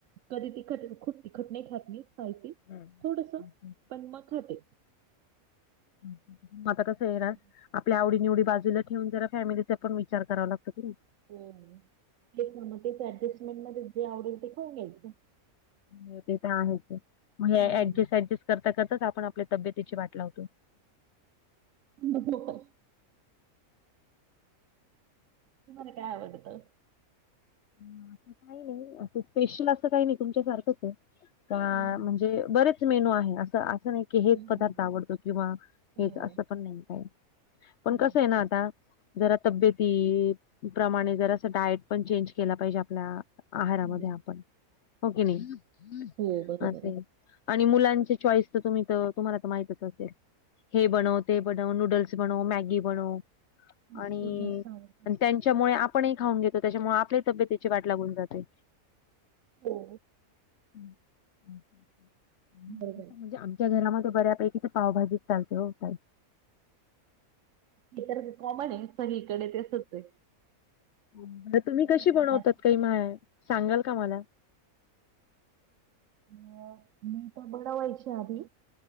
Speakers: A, on the right (about 65°); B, on the left (about 55°).
A: कधी तिखट खुप तिखट नाही खात मी. स्पायसी
B: हम्म.
A: थोडस पण म खाते.
B: <inaudible> आता कसं येणार?
A: हम्म.
B: आपल्या आवडी निवडी बाजूला ठेवून जरा फॅमिलीचा पण विचार करावा लागतो की नी.
A: <unintelligible> तेच ना मग तेच ऍडजस्टमेंट मध्ये जे आवडेल ते खाऊन घ्यायचं.
B: हो ते तर आहेच मग हे
A: हम्म.
B: ऍडजस्ट ऍडजस्ट करता करताच आपण आपल्या तब्यतीची वाट लावतो. <inaudible>
A: हो तुम्हाला काय आवडतं?
B: म असं काही नाही स्पेशल असं काही नाही तुमच्या सारखंच आहे. का
A: हम्म.
B: म्हणजे बरेच मेनू आहे असं असं नाही की हेच
A: हम्म.
B: पदार्थ आवडतो किंवा
A: हो.
B: हेच असं पण नाही काय. पण
A: हम्म.
B: कसं आहे ना आता जरा तब्येती प्रमाणे जरासा डायट पण चेंज केला पाहिजे आपला. आहारामध्ये
A: हम्म.
B: आपण हो की नाही
A: हो बरोबर
B: असे.
A: आहे.
B: आणि मुलांची चॉईस तर तुम्ही तर तुम्हाला तर माहितच असेल हे बनवते ते बनव नूडल्स बनव, मॅगी बनव
A: फास्ट
B: आणि
A: फूड जास्त आवडत.
B: त्यान च्यामुळे आपणही खाऊन घेतो त्याच्यामुळे आपल्याही तब्येतीची वाट लागून जाते.
A: हो.
B: <inaudible> कसा
A: बरोबर आहे.
B: म्हणजे आम च्या घरामध्ये बऱ्यापैकी ते पावाभाजी चालते हो ताई.
A: हे तर कॉमन आहे सगळीकडे तसेच आहे.
B: हो बरं तुम्ही
A: सगळीकडे
B: कशी बनवतात
A: जास्त
B: काही माय सांगाल का मला?
A: मग मी तर बडवायची आदी